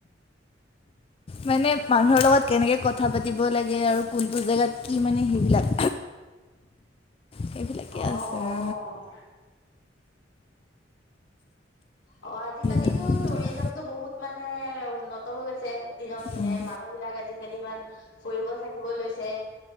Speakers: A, on the left; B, on the left.
A: মানে মানুহৰ লগত কেনেকে কথা পাতিব লাগে আৰু কোনটো জেগাত মানে সেইবিলাক সেইবিলাকেই
B: অ'
A: আছে।
B: অ'
A: <unintelligible>
B: অ আজিকালিতো
A: যাম আৰু এতিয়া
B: টুৰিজমতটো বহুত মানে উন্নত হৈ গৈছে। দিনত দিনে
A: উম,
B: মানুহ বিলাক আজিকালি ইমান ফুৰিব চাকিব লৈছে।